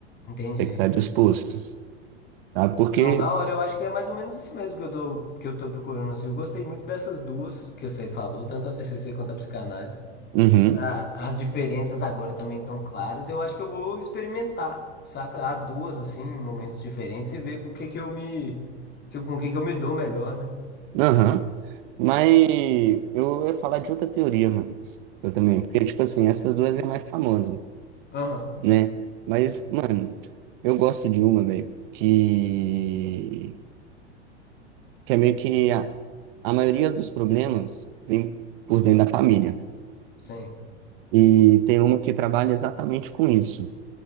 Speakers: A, on the left; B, on the right.
A: Entendi.
B: Tem que estar disposto, sabe? Porque.
A: Não, da hora, eu acho que é mais ou menos isso mesmo que eu tô, que eu tô procurando, assim. Eu gostei muito dessas duas que você falou, tanto a TCC quanto a psicanálise.
B: Uhum.
A: a- as diferenças agora também estão claras. Eu acho que eu vou experimentar, saca? As duas, assim, em momentos diferentes e ver com o que que eu me, que- com o que que eu me dou melhor, né?
B: Aham. Mas eu ia falar de outra teoria, mano. Eu também. Porque, tipo assim, essas duas é a mais famosa,
A: Aham,
B: né? Mas, mano, eu gosto de uma, velho, que... que é meio que a, a maioria dos problemas vem por dentro da família.
A: sim,
B: E tem uma que trabalha exatamente com isso,